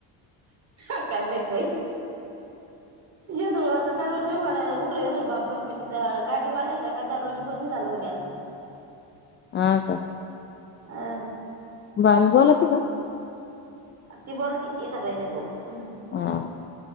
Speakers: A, on the right; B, on the left.
A: काय माहीत बाई? ये दुळू आता दरवाजे उघडा उघडा, बोंबई पण गाडीवाल्याचा काय दरवाजा बंद झाला होता म्हणे आज
B: हा का?
A: हा
B: मामी बोलाती का?
A: ती बोलती, इथे बाई नाही बोलत
B: हां,